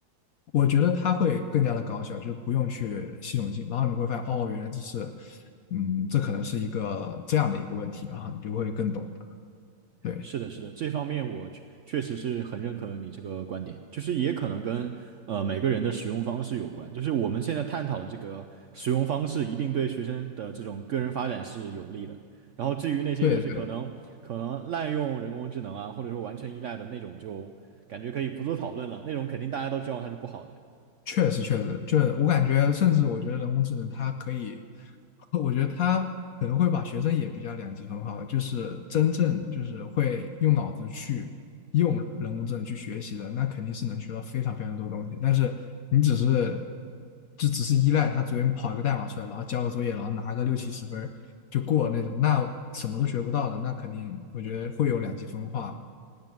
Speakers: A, on the left; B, on the right.
A: 我觉得它会更加的高效，就是不用去系统性，然后你会发现哦，原来这是，嗯，这可能是一个这样的一个问题，然后你就会更懂的，对，
B: 是的，是的，这方面我确确实是很认可你这个观点，就是也可能跟呃每个人的使用方式有关，就是我们现在探讨的这个使用方式，一定对学生的这种个人发展是有利的。然后至于那些就是可能可能滥用人工智能啊，
A: 对对。
B: 或者说完全依赖的那种，就感觉可以不做讨论了，那种肯定大家都知道它是不好的。
A: 确实确实，就是我感觉，甚至我觉得人工智能它可以，<laughs> 我觉得它可能会把学生也比较两极分化吧，就是真正就是会用脑子去用人工智能去学习的，那肯定是能学到非常非常多东西。但是你只是就只是依赖它随便跑一个代码出来，然后交个作业，然后拿个六七十分儿就过那种，那什么都学不到的，那肯定我觉得会有两极分化。